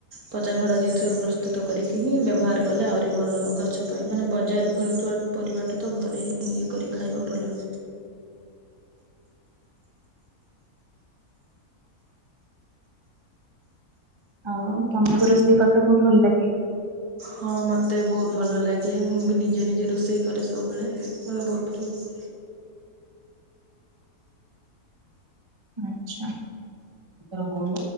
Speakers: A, on the right; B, on the right.
A: ପଚା ସଡ଼ା ଜିନିଷ ପ୍ରସ୍ତୁତ କରିକି ହିଁ ବ୍ୟବହାର କଲେ ଆହୁରି ଭଲ ଗଛ ପାଇଁ ମାନେ ବଜାରରୁ କିଣୁଥିବା ପରିବାରଠୁ ତ ଘରେ ହିଁ ଇଏ କରି ଖାଇବା ଭଲ।
B: ଆଉ ତମକୁ ରୋଷେଇ କରିତେ ବହୁତ ଭଲ ଲାଗେ।
A: ହଁ ମୋତେ ବହୁତ ଭଲ ଲାଗେ ମୁଁ ବି ନିଜେ ନିଜେ ରୋଷେଇ କରେ ସବୁବେଳେ ମୋତେ ବହୁତ ଭଲ ଲାଗେ।
B: ଆଛା ତ କଣ